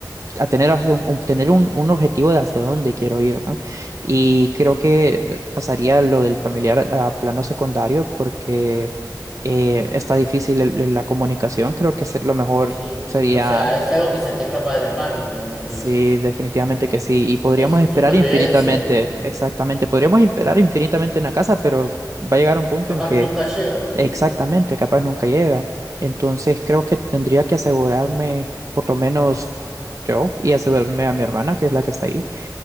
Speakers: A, on the right; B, in the centre.
A: a tener, hacia un, un- tener un, un objetivo de hacia dónde quiero ir, ¿no? Y creo que eh, pasaría lo del familiar a, a plano secundario porque eh, está difícil el- el- la comunicación, creo que se- lo mejor
B: Sí,
A: sería
B: o sea, es algo que se te escapa de las manos en el momento.
A: Sí,
B: Es,
A: definitivamente que sí. Y podríamos
B: es
A: esperar
B: supervivencia.
A: infinitamente, exactamente. Podríamos esperar infinitamente una casa, pero va a llegar un punto
B: Capaz
A: en que
B: nunca llega.
A: exactamente, capaz nunca llega. Entonces creo que tendría que asegurarme, por lo menos yo, y asegurarme a mi hermana, que es la que está ahí.